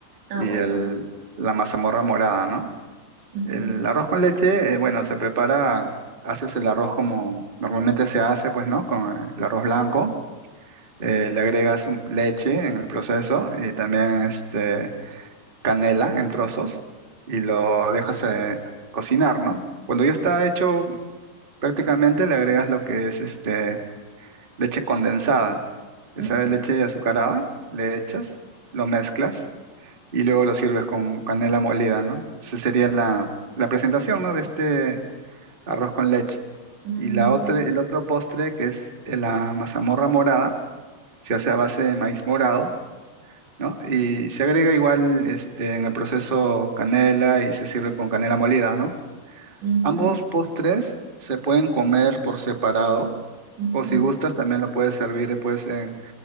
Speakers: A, on the right; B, on the right.
A: Ah,
B: y
A: bueno.
B: el, la mazamorra morada, ¿no?
A: Ujú,
B: El arroz con leche, eh, bueno, se prepara, haces el arroz como normalmente se hace, pues, ¿no? Con el arroz blanco. eh, le agregas un- leche en el proceso y también este, canela en trozos y lo dejas eh, cocinar, ¿no? Cuando ya está hecho, prácticamente le agregas lo que es este, leche condensada. Esa
A: ujú,
B: leche azucarada, le echas, lo mezclas y luego lo sirves con canela molida, ¿no? Esa sería la, la presentación, ¿no? De este arroz con leche.
A: ujú,
B: Y la otra, el otro postre, que es la mazamorra morada, se hace a base de maíz morado ¿no? Y se agrega igual este, en el proceso canela y se sirve con canela molida, ¿no?
A: ujú,
B: Ambos postres se pueden comer por separado
A: ujú.
B: o si gustas también lo puedes servir después en,